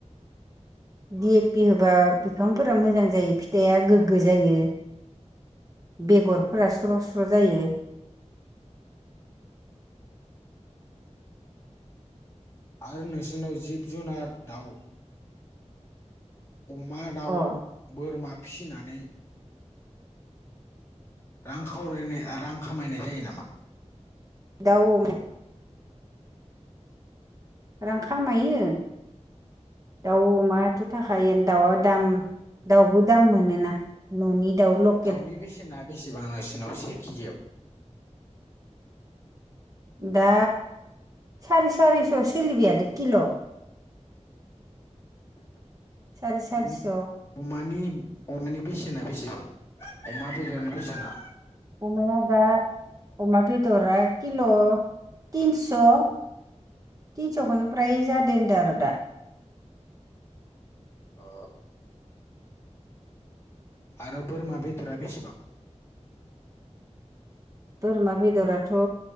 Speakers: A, on the right; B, on the left.
A: D A P होबा बिफांफोरा मोजां जायो फिथाइआ गोग्गो जायो। बेगरफोरा स्र' स्र' जायो।
B: आरो नोंसोरनाव जिब जुनार दाउ अमा दाउ
A: अ
B: बोरमा फिसिनानै रां खावरायनाय रां खामायनाय जायो नामा?
A: दाउ <unintelligible>
B: <inaudible>
A: रां खामायो दाउ अमायाथ' थाखायायो दाउआ दाम दाउबो दाम मोनोना न'नि दाउ लख
B: दाउनि बेसेना बेसेबां नोंसिनाव से केिजियाव?
A: दा सार सारिस' सोलिबायादो किल'।
B: <inaudible>
A: सारि सारिस'
B: अम- अमानि अमानि बेसेना बेसेबां अमा बेदरनि बेसेना?
A: अमाया दा अमा बेदरा किल' तिनस'। थिनस'खौनो फ्राया जादो होनदों आरो दा।
B: अ आरो बोरमा बेदरा बेसेबां?
A: बोरमा बेदराथ'